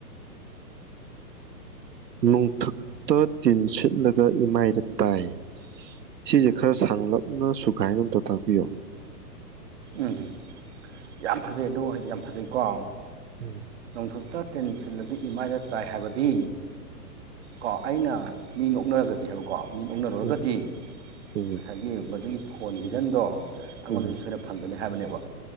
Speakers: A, on the right; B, on the right.
A: ꯅꯣꯡꯊꯛꯇ ꯇꯤꯟ ꯁꯤꯠꯂꯒ ꯏꯃꯥꯏꯗ ꯇꯥꯏ ꯁꯤꯁꯦ ꯈꯔ ꯁꯥꯡꯂꯞꯅ ꯁꯨꯒꯥꯏꯅ ꯑꯝꯇ ꯇꯥꯛꯄꯤꯌꯣ
B: ꯎꯝ ꯌꯥꯝ ꯐꯖꯩ ꯑꯗꯨꯣ ꯍꯥꯏꯗꯤ ꯌꯥꯝ ꯐꯖꯩꯀꯣ
A: ꯎꯝ
B: ꯙꯨꯞꯇꯥꯥ ꯇꯦꯟꯁꯤꯜꯂꯗꯤ ꯏꯃꯥꯏꯗ ꯇꯥꯏ ꯍꯥꯏꯕꯗꯤ ꯀꯣ ꯑꯩꯅ ꯃꯤ ꯅꯣꯛꯅꯔꯒꯗꯤ ꯍꯥꯏꯕꯀꯣ ꯃꯤꯠ ꯅꯣꯛꯅꯔꯨꯔꯒꯗꯤ
A: ꯎꯝ ꯎꯝ
B: ꯉꯁꯥꯏꯒꯤ ꯃꯗꯨꯒꯤ ꯐꯣꯟ ꯍꯖꯟꯗꯣ ꯑꯉꯗ
A: ꯎꯝ
B: ꯅꯤ ꯍꯥꯏꯕꯅꯦꯕ